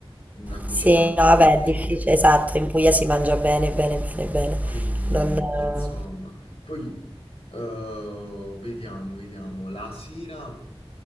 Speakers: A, on the left (about 85°); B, on the right (about 15°).
A: una cucina
B: Sì, no, vabbè,
A: come
B: è
A: si
B: difficile,
A: deve.
B: esatto, in Puglia si mangia bene, bene, bene, bene.
A: Quindi,
B: Non... eh,
A: insomma, poi eh, vediamo, vediamo. La sera,